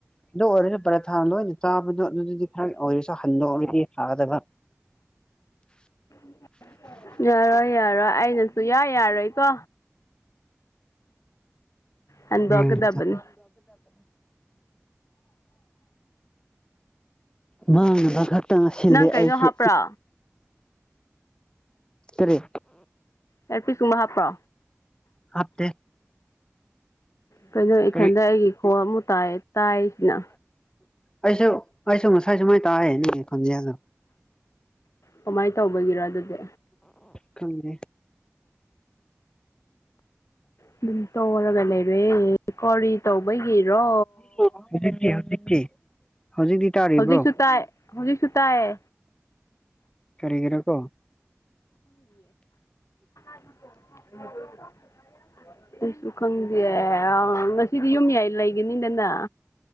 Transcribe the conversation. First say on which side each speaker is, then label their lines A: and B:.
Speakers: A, on the left; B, on the left.
A: ꯑꯗꯨ ꯑꯣꯏꯔꯗꯤ ꯄꯔꯥ ꯊꯥ ꯂꯣꯏꯅ ꯆꯥꯕꯗꯣ ꯑꯗꯨꯗꯤ ꯈꯔ ꯑꯣꯏꯔꯁꯨ ꯍꯟꯗꯣ ꯑꯣꯏꯔꯗꯤ ꯊꯥꯒꯗꯕ
B: ꯑ ꯌꯥꯔꯣꯏ ꯌꯥꯔꯣꯏ ꯑꯩꯅꯁꯨ ꯌꯥꯏ ꯌꯥꯔꯣꯏꯀꯣ ꯍꯟꯗꯣꯛꯀꯗꯕꯅꯤ
A: ꯎꯅꯤ ꯃꯥ ꯃꯈ ꯈꯔ ꯇ ꯁꯤꯂꯦ
B: ꯅꯪ ꯀꯩꯅꯣ
A: ꯑꯩꯁꯦ
B: ꯍꯥꯞꯄ꯭ꯔꯣ
A: ꯀꯔꯤ
B: ꯑꯦꯔꯄꯤꯤꯁꯨꯝꯕ ꯍꯥꯞꯄ꯭ꯔꯣ
A: ꯍꯥꯞꯇꯦ
B: ꯀꯩꯅꯣ ꯏꯊꯟꯗ
A: ꯀꯔꯤ
B: ꯑꯩꯒꯤ ꯈꯣꯡ ꯑꯃꯨꯥꯏ ꯇꯥꯏꯁꯤꯅ
A: ꯑꯩꯁꯨ ꯑꯩꯁꯨ ꯉꯁꯥꯏꯁꯨ ꯃꯥꯏ ꯇꯥꯑꯣꯟꯖꯁꯨ
B: ꯀꯃꯥꯏꯅ ꯇꯧꯕꯒꯤꯔ ꯑꯗꯨꯗꯤ
A: ꯈꯪꯦ
B: ꯑꯗꯨꯝ ꯇꯧꯔꯒ ꯂꯩꯔꯍꯦ ꯀꯔꯤ ꯇꯧꯕꯒꯤꯔꯣ
A: ꯍꯧꯖꯤꯛꯇꯤ ꯍꯧꯖꯤꯛꯇꯤ ꯍꯧꯖꯤꯛꯇꯤ ꯇꯥꯔꯤꯕ꯭ꯔꯣ
B: ꯍꯧꯖꯤꯛꯁꯨ ꯇꯥꯏ ꯍꯧꯖꯤꯛꯁꯨ ꯇꯥꯏꯌꯦ
A: ꯈꯔꯤꯒꯤꯔꯦꯀꯣ
B: ꯎꯝ ꯀꯩꯁꯨ ꯈꯪꯗꯦ ꯑ ꯉꯁꯤꯗꯤ ꯌꯨꯝꯌꯥꯏ ꯂꯩꯒꯅꯤꯗꯅ